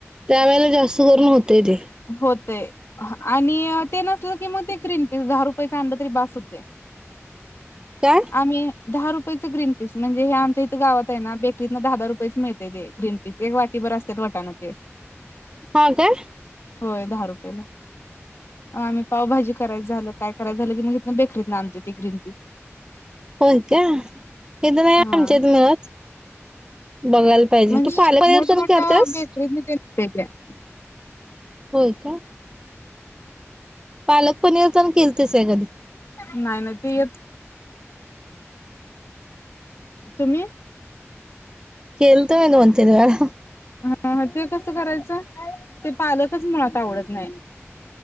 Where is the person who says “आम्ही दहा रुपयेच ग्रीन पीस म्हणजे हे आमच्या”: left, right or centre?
Left